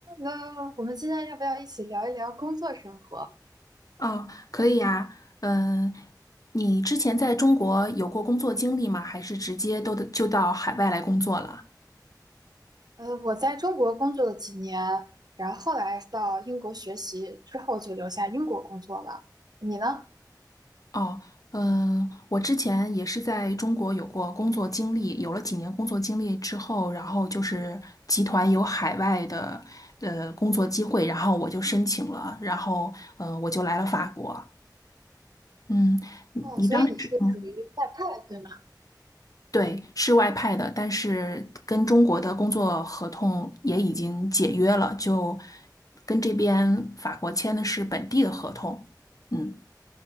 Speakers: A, on the right; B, on the left.
A: 呃，我们今天要不要一起聊一聊工作生活？
B: 哦，可以呀，嗯，你之前在中国有过工作经历吗？还是直接都得就到海外来工作了？
A: 呃，我在中国工作了几年，然后后来到英国学习之后就留下英国工作了。你呢？
B: 哦，嗯，我之前也是在中国有过工作经历，有了几年工作经历之后，然后就是集团有海外的呃工作机会，然后我就申请了，然后呃我就来了法国。嗯，你你当时。
A: 哦，所以你是属于外派，
B: 嗯。
A: 对吗？
B: 对，是外派的，但是跟中国的工作合同也已经解约了，就跟这边法国签的是本地的合同。嗯，